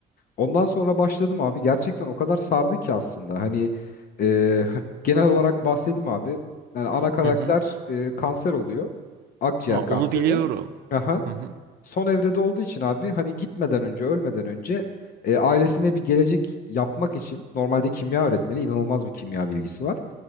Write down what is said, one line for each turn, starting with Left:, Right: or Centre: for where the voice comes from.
Left: Ondan sonra başladım abi. Gerçekten o kadar sardı ki aslında. Hani e, genel olarak bahsedeyim abi. Yani ana karakter
Right: Hı hı.
Left: e, kanser oluyor. Akciğer
Right: Aa, onu
Left: kanseri.
Right: biliyorum.
Left: Aha.
Right: Hı hı.
Left: son evrede olduğu için abi hani gitmeden önce ölmeden önce e, ailesine bir gelecek yapmak için normalde kimya öğretmeni inanılmaz bir kimya bilgisi var.